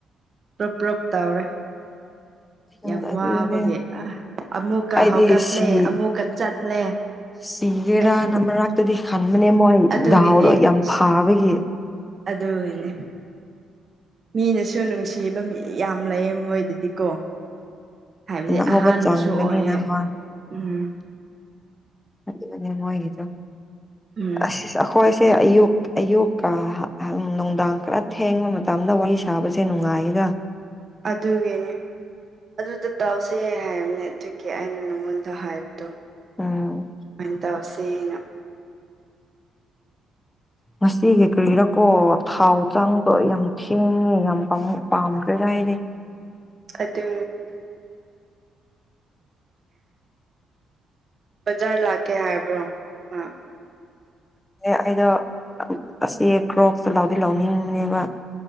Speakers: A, on the right; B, on the left.
A: ꯄꯔꯞ ꯞꯔꯞ ꯇꯧꯔꯦ
B: <inaudible>
A: ꯌꯥꯝ
B: ꯑꯗꯨꯅꯦ
A: ꯋꯥꯕꯒꯤ ꯑꯥ ꯑꯃꯨꯛꯀ
B: ꯑꯩꯗꯤ
A: ꯍꯧꯀꯠꯂꯦ
B: ꯁꯤ
A: ꯑꯃꯨꯛꯀ ꯆꯠꯂꯦ
B: ꯁꯤꯒꯦꯔꯥꯅ
A: ꯑꯩꯁꯨꯅꯦ
B: ꯃꯔꯛꯇꯗꯤ ꯈꯟꯕꯅꯦ ꯃꯣꯏ
A: ꯑꯗꯨꯒꯤꯅꯦ
B: ꯗꯥꯎꯗꯣ ꯌꯥꯝ
A: ꯁꯤ
B: ꯐꯥꯕꯒꯤ
A: ꯑꯗꯨꯒꯤꯅꯦ ꯃꯤꯅꯁꯨ ꯅꯨꯡꯁꯤꯕ ꯃꯤ ꯌꯥꯝ ꯂꯩꯌꯦ ꯃꯣꯏꯗꯗꯤ ꯀꯣ ꯍꯥꯏꯕꯗꯤ
B: ꯑꯅꯧꯕ
A: ꯑꯍꯥꯟꯕꯁꯨ
B: ꯆꯪꯕꯅꯤꯅ
A: ꯑꯣꯏꯌꯦ
B: ꯍꯣꯏ
A: ꯎꯝ
B: ꯑꯗꯨꯒꯅꯦ ꯃꯣꯏꯒꯤꯗꯣ
A: ꯎꯝ
B: ꯑꯁꯤ ꯑꯩꯈꯣꯏꯁꯦ ꯑꯌꯨꯛ ꯑꯌꯨꯛ <unintelligible> ꯅꯨꯡꯗꯥꯡ ꯈꯔ ꯊꯦꯡꯕ ꯃꯇꯝꯗ ꯋꯥꯔꯤ ꯁꯥꯕꯁꯦ ꯅꯨꯡꯉꯥꯏꯌꯦꯗ
A: ꯑꯗꯨꯒꯤꯅꯦ ꯑꯗꯨꯗ ꯇꯧꯁꯦ ꯍꯥꯏꯕꯅꯦ ꯑꯗꯨꯒꯤ ꯑꯩꯅ ꯅꯪꯉꯣꯟꯗ ꯍꯥꯏꯕꯗꯣ
B: ꯎꯝ
A: ꯗꯨꯃꯥꯏ ꯇꯧꯁꯦꯅ
B: ꯉꯁꯤꯒꯤ ꯀꯔꯤꯔꯥꯀꯣ ꯊꯥꯎ ꯆꯪꯕ ꯌꯥꯝ ꯊꯦꯡꯉꯦ ꯌꯥꯝ ꯄꯥꯝꯈ꯭ꯔꯦ ꯑꯩꯗꯤ
A: ꯑꯗꯨ ꯕꯖꯥꯔ ꯂꯥꯛꯀꯦ ꯍꯥꯏꯕ꯭ꯔꯣ ꯑ
B: ꯑꯩꯗꯣ ꯑꯁꯤ ꯀ꯭ꯔꯣꯞꯁꯇꯣ ꯂꯧꯗꯤ ꯂꯧꯅꯤꯡꯕꯅꯦꯕ